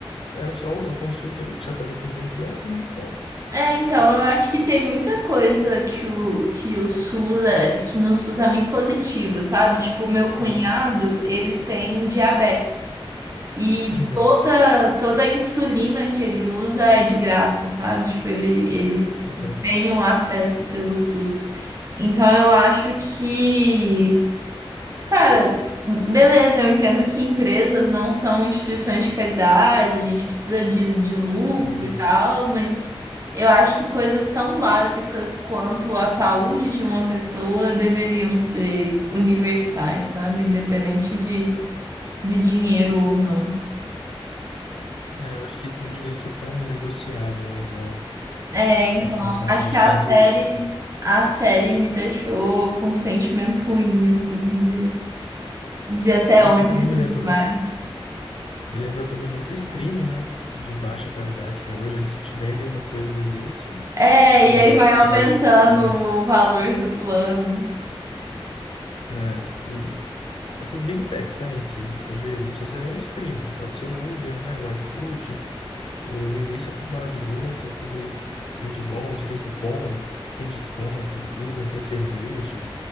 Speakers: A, on the left; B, on the right.
A: era só a consulta ali, que já estava inclusa no plano, né? Então,
B: É, então, eu acho que tem muita coisa que o, que o SUS é, que no SUS é muito positiva, sabe? Tipo, o meu
A: sim.
B: cunhado, ele tem diabetes. E
A: Uhum.
B: toda, toda a insulina que ele usa é de graça, sabe? Tipo, ele, ele
A: Pois é.
B: tem o acesso pelo SUS. Então, eu acho que Cara, beleza, eu entendo que empresas não são instituições de caridade, a gente precisa de, de lucro
A: Sim.
B: e tal, mas eu acho que coisas tão básicas quanto a saúde de uma pessoa deveriam ser universais, sabe? Independente de, de dinheiro ou não.
A: É, eu acho que isso não devia ser tão negociável, né? Igual.
B: É, então,
A: é tratado
B: acho
A: nos
B: que a
A: Estados
B: série,
A: Unidos, né?
B: a série me deixou com um sentimento ruim, assim, de, de até
A: E
B: onde
A: aí também
B: a gente
A: me lembrou,
B: vai.
A: me lembrou também muito o streaming, né? De baixa qualidade que é hoje, eles te vendem uma coisa no início
B: É,
A: e
B: e aí
A: aí
B: vai
A: você
B: aumentando
A: vai, né?
B: o valor do plano.
A: né, E essas big techs, né? Em si, você vê, não precisa ser nenhum streaming, pode ser o Uber, né? O iFood, o, no início é tudo maravilhoso, é tudo muito bom, você tem cupom, você tem desconto, Uber tem cerveja,